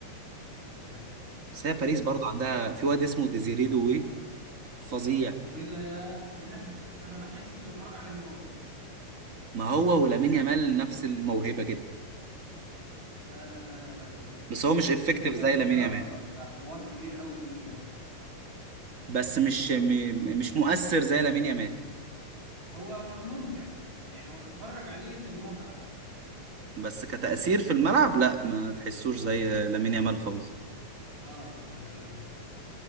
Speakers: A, on the right; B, on the right.
A: دي حقيقه
B: بس هي باريس
A: دي حقيقه
B: برضو عندها في واد اسمه ديزيري دوي فظيع
A: دوي ده يا- بجد انا بحس اني بتفرج على نيمار
B: ما هو ولامين يامال نفس الموهبه كده
A: لا لا لا لا لا لا لا
B: بس هو مش افكتيف
A: دوي ده
B: زي
A: يا اسطى
B: لامين يامال
A: ده حوار كبير قوي دوي ده
B: بس مش م... مش مؤثر زي لامين يامال
A: هو م- ممتع يعني هو تتفرج عليه للمتعة
B: بس كتأثير في الملعب لا ما تحسوش زي لامين يامال خالص
A: اه اه دي حقيقة